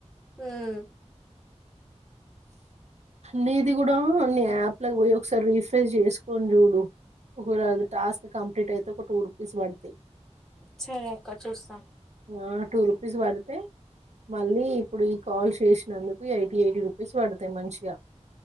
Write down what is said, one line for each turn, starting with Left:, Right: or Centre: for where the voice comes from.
Centre: ఉమ్
Right: నీది కూడా అన్ని అప్లైచేయి ఒకసారి రీఫ్రెష్ చేసుకొని చూడు ఒకవె అది టాస్క్ కంప్లీట్ అయితే ఒక టూ రూపీస్ పడతయి.
Centre: సరే అక్క చూస్తా
Right: ఆ టూ రూపీస్ పడితే మళ్ళీ ఇప్పుడు ఈ కాల్ చేసినందుకు ఎయిటీ ఎయిటీ రూపీస్ పడతాయి మంచిగా